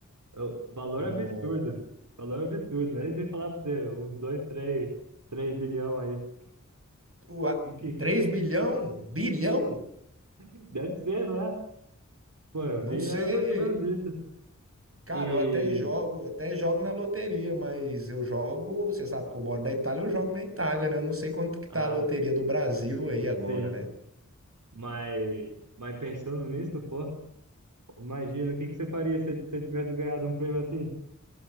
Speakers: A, on the right; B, on the right.
A: Eu- valor
B: Não.
A: absurdo, valor absurdo, nem sei falar pra você, uns 2 três três bilhão aí.
B: Ua,
A: E que,
B: 3 bilhão? Bilhão?
A: <laughs> deve ser, não é? Pô, eu
B: Não
A: vi,
B: sei.
A: era mais ou menos isso.
B: Cara,
A: E
B: eu até jogo, até jogo na loteria, mas eu jogo, você sabe que eu moro da Itália, eu jogo na Itália, né? Eu não sei quanto que tá
A: ah,
B: a loteria do Brasil aí agora,
A: sim.
B: né?
A: Mas, mas pensando nisso, pô, imagina o que que você faria se você tivesse ganhado um prêmio assim?